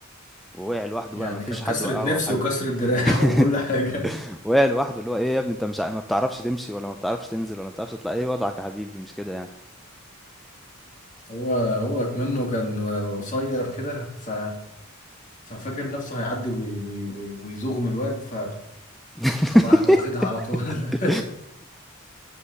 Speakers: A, in the centre; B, on the left (about 35°).
A: ووقع لوحده
B: يعني
A: بقى مفيش
B: كانت
A: حد
B: كسره
A: وقعه
B: نفس
A: او حاجه
B: وكسره دراع
A: <laughs>
B: <laughs> وكل حاجه
A: وقع لوحده اللي هو ايه يا ابني انت مش ع- ما بتعرفش تمشي ولا ما بتعرفش تنزل ولا ما بتعرفش تطلع ايه وضعك يا حبيبي مش كده يعني
B: هو هو كمنه كان قصير كده ف ففاكر نفسه هيعدي وي- وي- وي- ويزوغم الواد ف
A: <laughs>
B: قام راح واخدها على طول <laughs>